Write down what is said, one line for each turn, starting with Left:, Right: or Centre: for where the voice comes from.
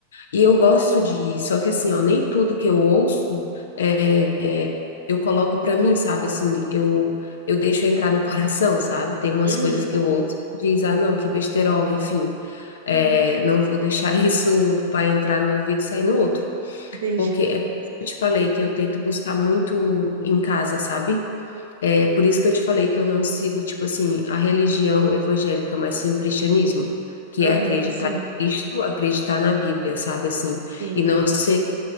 Left: E eu gosto de ir, só que assim, ó, nem tudo que eu ouço é, é, eu coloco pra mim, sabe? Assim, eu, eu deixo entrar no <laughs> coração, sabe? Tem umas
Right: uhum,
Left: coisas que eu ouço que diz, ah, não, que besterol, enfim. É,
Right: uhum.
Left: não vou deixar <laughs> isso para entrar no ouvido e sair no outro.
Right: Entendi.
Left: Porque é, eu te falei que eu tento buscar muito em casa, sabe? É por isso que eu te falei que eu não sigo, tipo assim, a religião evangélica, mas sim o cristianismo, que
Right: Aham,
Left: é acreditar
Right: sim,
Left: em Cristo, acreditar na Bíblia, sabe assim?
Right: sim.
Left: E não sei